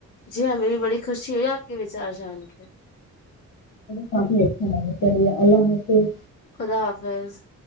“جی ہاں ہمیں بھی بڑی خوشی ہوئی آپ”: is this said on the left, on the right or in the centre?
Left